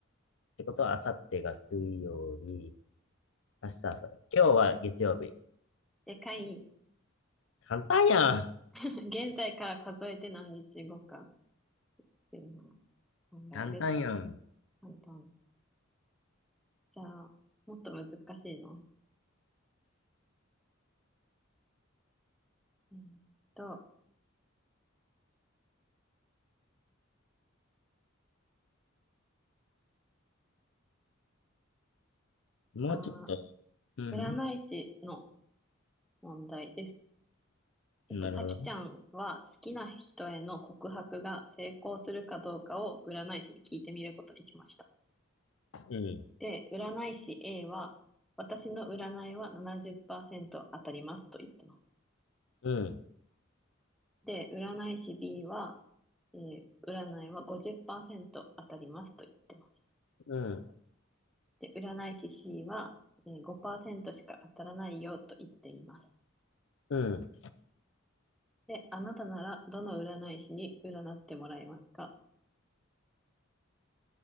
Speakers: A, on the left; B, in the centre.
A: ってことは、あさってが水曜日、明日朝、今日は月曜日。
B: でかい。
A: 簡単やん。
B: <laughs> 現在から数えて何日後かっていうのを考えるっていう。
A: 簡単やん。
B: 簡単。じゃあ、もっと難しいのえーっと、
A: もうちょっと。
B: あ
A: うん。
B: ー、占い師の問題です。えっと、
A: なるほど。
B: さきちゃんは好きな人への告白が成功するかどうかを占い師に聞いてみることにしました。
A: うん。
B: で、占い師 A は、私の占いは70%当たりますと言ってます。
A: うん。
B: で、占い師 B は、えー占いは50%当たりますと言ってます。
A: うん、
B: で、占い師 C は、えー5%しか当たらないよと言っています。
A: うん。
B: で、あなたならどの占い師に占ってもらいますか